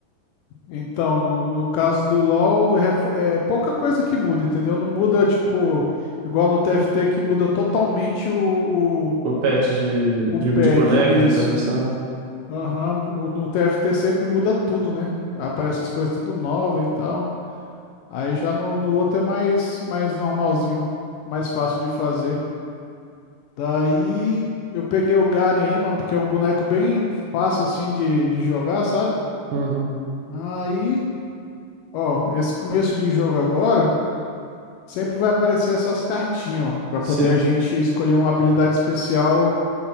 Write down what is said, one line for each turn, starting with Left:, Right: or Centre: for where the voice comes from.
Left: Então, no, no caso do LoL, é, fo- é pouca coisa que muda, entendeu? Não muda, tipo, igual no TFT que muda totalmente o, o,
Right: O patch de,
Left: o
Right: de,
Left: patch,
Right: de boneco,
Left: isso.
Right: de atualização.
Left: Aham, o, no TFT sempre muda tudo, né? Aparece as coisas tudo nova e tal. Aí já no, no outro é mais, mais normalzinho, mais fácil de fazer. Daí eu peguei o Garen aí, mano, porque é um boneco bem fácil assim de, de jogar, sabe?
Right: Uhum.
Left: Aí, ó, esse começo de jogo agora. Sempre vai aparecer essas cartinhas, ó, para
Right: Sim.
Left: poder a gente escolher uma habilidade especial